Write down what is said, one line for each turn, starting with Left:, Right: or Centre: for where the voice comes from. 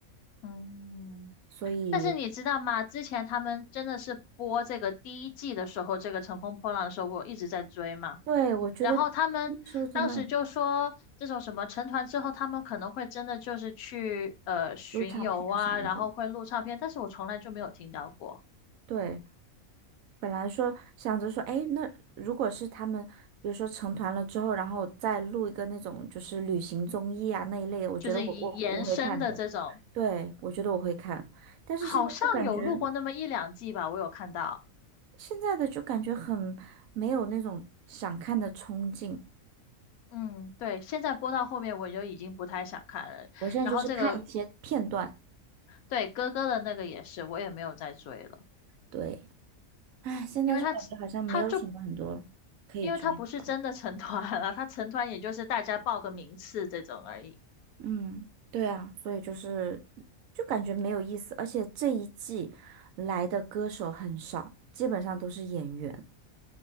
Left: 嗯。
Right: 所以
Left: 但是你知道吗？之前他们真的是播这个第一季的时候，这个《乘风破浪》的时候，我一直在追嘛。
Right: 对，我觉得那时候真的
Left: 然后他们当时就说，这种什么成团之后，他们可能会真的就是去呃巡游啊，
Right: 有唱片什么的，
Left: 然后会录唱片，但是我从来就没有听到过，
Right: 对，本来说想着说，哎，那如果是他们，比如说成团了之后，然后再录一个那种就是旅行综艺啊那一类的，我觉得我我我会看的。
Left: 就是以延伸的这种。
Right: 对，我觉得我会看，但是现在就感觉
Left: 好像有录过那么一两季吧，我有看到。
Right: 现在的就感觉很没有那种想看的冲劲。
Left: 嗯，对，现在播到后面我就已经不太想看了。
Right: 我现在就是看一些片段，
Left: 然后这个，对，哥哥的那个也是，我也没有再追了，
Right: 对，哎，现在就感觉好像没有什么很多可以追的。
Left: 因为他他就因为他不是真的成团了，他成团也就是大家报个名次这种而已。
Right: 嗯，对啊，所以就是就感觉没有意思，而且这一季来的歌手很少，基本上都是演员。